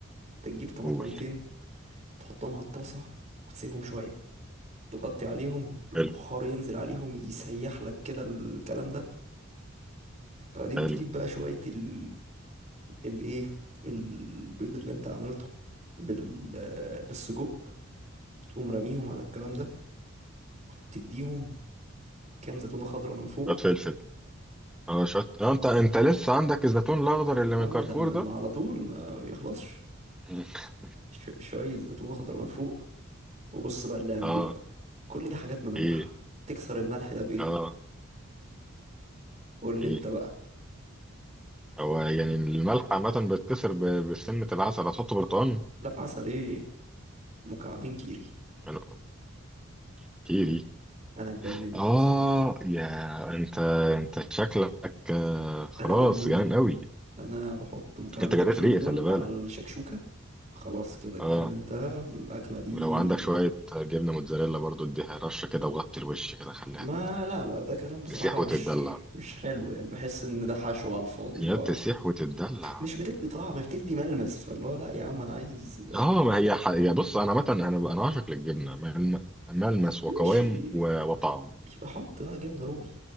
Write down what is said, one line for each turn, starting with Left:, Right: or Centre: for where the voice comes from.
Right: انت تجيب طماطميتين
Centre: قول
Right: تحطهم على الطاسه وتسيبهم شويه تغطي عليهم البخار
Centre: حلو
Right: ينزل عليهم يسيح لك كده الكلام ده بعدين
Centre: حلو
Right: تجيب بقى شويه ال الايه البيض اللي انت عملته بال بالسجق تقوم راميهم على الكلام ده وتديهم كام زيتونه خضراء من فوق
Centre: شويه فلفل اه شويه آه انت انت لسه عندك الزيتون الاخضر
Right: يا
Centre: اللي من
Right: عم
Centre: كارفور
Right: ده م-
Centre: ده
Right: على طول ما بيخلصش
Centre: <laughs>
Right: ش- شوية زيتون أخضر من فوق وبص بقى اللعبة
Centre: اه
Right: دي بقى كل دي حاجات مملحة
Centre: ايه
Right: تكسر الملح ده بإيه؟
Centre: اه
Right: قول لي
Centre: ايه
Right: أنت بقى
Centre: هو يعني الملح عامة بتكسر ب- بسنة العسل هتحط برتقال
Right: لا عسل إيه؟ مكعبين كيري
Centre: انا كتيري
Right: أنا اتجننت
Centre: اه يا انت انت شكلك آه، خلاص
Right: أنا مجنون
Centre: جعان قوي
Right: أنا بحط مكعبين
Centre: انت جريت
Right: الكيري
Centre: ريقي
Right: دول
Centre: خلي بالك
Right: على الشكشوكة خلاص كده الكلام
Centre: اه
Right: انتهى الأكلة دي
Centre: ولو عندك شوية جبنة موتزاريلا برضو اديها رشة كده وغطي الوش كده خليها
Right: ما لا لا ده كلام بصراحة
Centre: تسيح وتتدلع
Right: مش مش حلو يعني بحس إن ده حشو على الفاضي اللي
Centre: يا
Right: هو
Centre: بتسيح وتتدلع
Right: مش بتدي طعم بتدي ملمس فاللي هو لا يا عم أنا عايز
Centre: اه ما هي ح... يا بص انا عامة انا انا عاشق للجبنة ملم... ملمس
Right: ماشي
Centre: وقوام و... وطعم
Right: يبقى حط بقى جبنة رومي